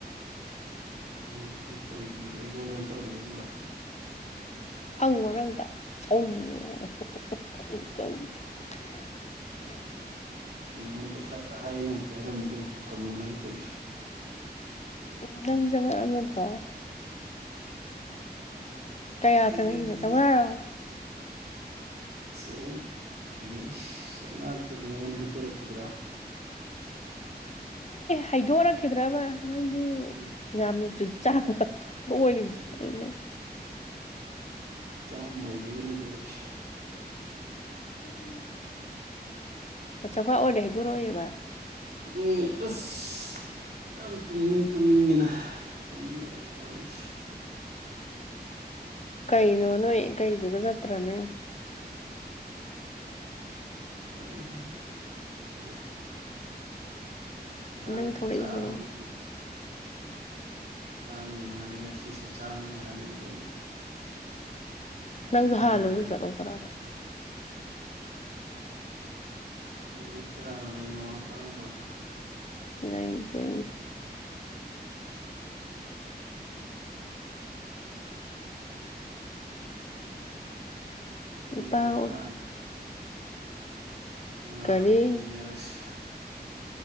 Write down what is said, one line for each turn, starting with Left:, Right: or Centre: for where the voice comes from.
Right: ꯑꯩꯅ ꯇꯧꯗ꯭ꯔꯤꯁꯦ ꯑꯩꯉꯣꯟꯗꯅ ꯇꯧꯔꯤꯦ ꯑꯗꯨꯒ
Left: ꯐꯪꯉ ꯅꯪꯗ ꯁꯧꯅꯤꯡꯉꯦꯅ ꯈꯪ ꯈꯪꯁꯦ <unintelligible> <unintelligible>
Right: ꯀꯩꯣꯕ ꯄꯩꯁꯥ ꯇꯥ ꯍꯥꯏꯌꯦꯅ ꯍꯛꯇ ꯍꯥꯏꯔꯝꯃꯤꯗꯨ ꯐꯪꯉꯣ ꯅ ꯍꯪꯛꯇꯛ ꯑꯩꯁꯦ
Left: ꯎꯝ ꯅꯪ ꯆꯪꯉꯛꯑꯝ ꯅꯠꯇ꯭ꯔꯣ ꯀꯌꯥ
Right: ꯑꯩ
Left: ꯆꯪꯉꯛꯏꯕ ꯆ ꯉꯔꯣ
Right: ꯆ ꯀꯅꯤ ꯁꯗ ꯍꯩꯗ ꯋꯥꯔꯛꯗ꯭ꯔꯥ
Left: ꯍꯥꯏꯩꯗꯣꯔꯛꯈꯤꯗ꯭ꯔꯕ ꯅꯪꯗꯤ
Right: ꯎꯝ
Left: ꯌꯥꯝꯅ ꯖꯨꯠ ꯆꯥꯕ ꯑꯣꯏꯅꯤ ꯆ
Right: ꯎꯝ
Left: ꯏꯟꯅ
Right: ꯆꯥ ꯑꯣꯏꯕꯩꯩꯅ ꯍꯩꯗꯣꯔꯛꯏꯁꯦ
Left: ꯎꯝ ꯑꯣ ꯆꯧꯒ ꯑꯣꯏꯅ ꯍꯥꯏꯩꯗꯣꯔꯛꯑꯣꯏꯦꯕ
Right: ꯎꯝ ꯑꯁ ꯌꯥꯝ ꯇꯨꯝꯅꯤꯡ ꯇꯨꯝꯅꯤꯡꯉꯤꯅ ꯊꯧꯅꯤꯡꯉ ꯊꯧꯔꯛꯏꯁꯦ
Left: ꯀꯩꯅꯣ ꯅꯣꯏ ꯀꯩꯗꯨꯒ ꯆꯠꯇ꯭ꯔꯅꯦ
Right: ꯆꯂꯦꯦ ꯐꯛꯇ ꯉꯔꯥꯡꯁꯨ
Left: ꯅꯪ ꯊꯧꯔꯛꯏꯕ꯭ꯔꯕ
Right: ꯆꯥꯎꯥꯕꯒꯤ ꯆꯥꯝꯃ ꯍꯥꯂꯦ ꯉꯁꯤꯁꯨꯦ ꯆꯥꯝꯃꯩ ꯍꯥꯜꯂꯦ ꯑꯩꯉꯣꯟꯗꯤ ꯑꯩ
Left: ꯅꯪꯁꯨ
Right: ꯑꯗꯨꯝ ꯍꯟꯕꯤꯔꯕꯅꯦ
Left: ꯍꯜꯣꯖꯔꯣꯖꯔꯗ
Right: ꯍꯧꯖꯤꯛ ꯀꯅꯥ ꯀꯅꯥ ꯂꯩꯕꯣꯅꯄꯥ ꯂꯩꯕ꯭ꯔꯣ
Left: ꯑ ꯇ
Right: ꯎ ꯍꯌꯦꯡ
Left: ꯏꯄꯥ
Right: ꯍꯥꯏꯔ ꯂꯥꯛꯑꯒꯦ ꯅ
Left: ꯀꯔꯤ
Right: ꯌ ꯀꯩꯅꯤꯌꯔ ꯑꯁ